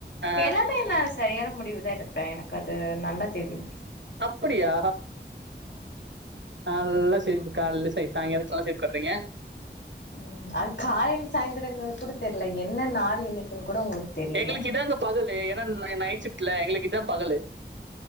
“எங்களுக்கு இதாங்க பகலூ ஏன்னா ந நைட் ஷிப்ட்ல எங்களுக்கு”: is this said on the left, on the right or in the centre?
Right